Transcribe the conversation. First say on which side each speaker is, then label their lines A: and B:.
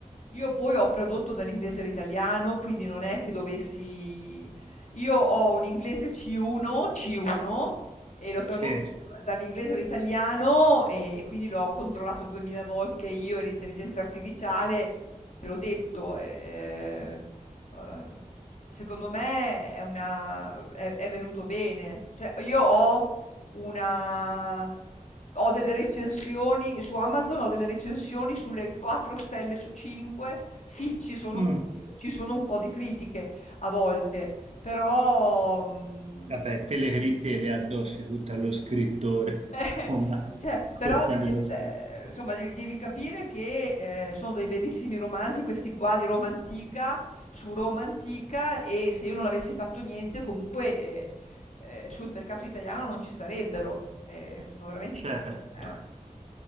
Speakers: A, on the left; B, on the right.
A: io poi ho tradotto dall'inglese all'italiano, quindi non è che dovessi... Io ho un inglese C1, C1 e l'ho tradotto
B: sì.
A: dall'inglese all'italiano e, e quindi l'ho controllato duemila volte io e l'intelligenza artificiale, te l'ho detto. eh, eh, secondo me è, una, è, è venuto bene. Cioè, io ho una ho delle recensioni su Amazon, ho delle recensioni sulle 4 stelle su 5. Sì, ci sono,
B: Mm.
A: un- ci sono un po' di critiche a volte, però, mm,
B: Vabbè, te le critiche le addossi tutte allo scrittore,
A: <laughs> eh,
B: <laughs> insomma,
A: cioè,
B: colpa
A: però de-
B: dello
A: de-
B: scrittore.
A: eh, insomma, devi, devi capire che eh, sono dei bellissimi romanzi, questi qua di Roma antica, su Roma antica, e se io non avessi fatto niente, comunque eh, eh, sul mercato italiano non ci sarebbero. Eh, sono veramente...
B: Certo,
A: eh.